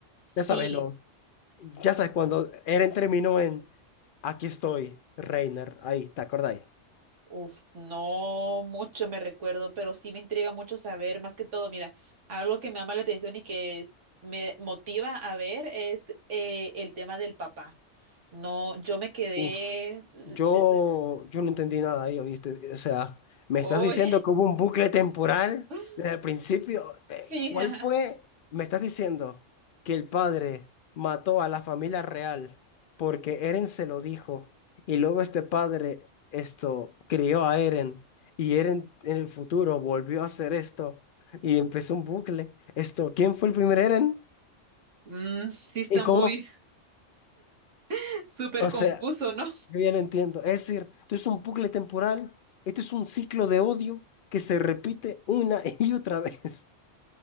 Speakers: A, on the right (about 75°); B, on the left (about 55°).
A: sí.
B: ya sabes, ya sabes, cuando Eren terminó en Aquí estoy, Reiner, ahí, ¿te acordáis?
A: Uf, no mucho me recuerdo, pero sí me intriga mucho saber, más que todo, mira, algo que me llama la atención y que es- me motiva a ver es eh, el tema del papá. No, yo me quedé...
B: Uf,
A: l-
B: yo,
A: te soy-
B: yo no entendí nada ahí, ¿oíste? O sea, me
A: ¡Uy!
B: estás diciendo que hubo un bucle temporal
A: <laughs>
B: desde el principio. Eh,
A: Sí,
B: ¿cuál
A: ajá.
B: fue? Me estás diciendo que el padre mató a la familia real porque Eren se lo dijo y luego este padre esto crió a Eren y Eren en el futuro volvió a hacer esto y empezó un bucle. Esto, ¿quién fue el primer Eren?
A: Mm, sí está
B: ¿Y cómo?
A: muy <laughs> súper
B: O
A: confuso,
B: sea,
A: ¿no?
B: Yo ya no entiendo. Es decir, esto es un bucle temporal, esto es un ciclo de odio que se repite una <laughs> y otra vez.